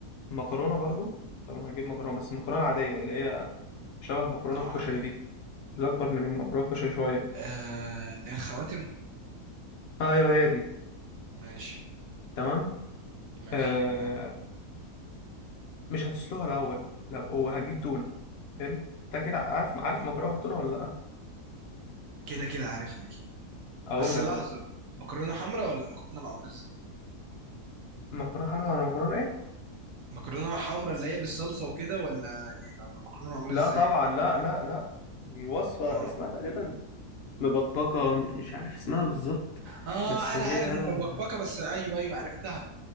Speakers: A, on the left (about 70°); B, on the right (about 65°).
A: المكرونه برضو طبعا هجيب مكرونه بس المكرونه العاديه اللي هي شبه مكرونه
B: نوعها
A: الكشري
B: ايه
A: دي الأكبر من المتراكش شوية
B: آه اللي هي الخواتم
A: آه، أيوه هي دي
B: ماشي
A: تمام
B: ماشي
A: آه
B: تمام
A: مش هتسلقها الأول لو هو هتجيب تونة حلو أنت كده عارف عارف مكرونة بالتونة ولا لأ؟
B: كده كده عارفها اكيد
A: أقول
B: بس
A: لك
B: لحظه
A: بقى
B: مكرونه حمرا ولا مكرونه معموله ازاي
A: مكرونة حمرا ولا مكرونة إيه؟
B: مكرونه حمرا اللي هي بالصلصه وكده ولا ايه ولا مكرونه معموله
A: لا
B: ازاي
A: طبعا
B: يعني؟
A: لا لا لا دي وصفة
B: ما
A: اسمها تقريبا مبكبكة م- مش عارف اسمها بالظبط
B: اه
A: بس هي
B: انا عارف
A: يلا
B: المبكبكه بس ايوه ايوه عرفتها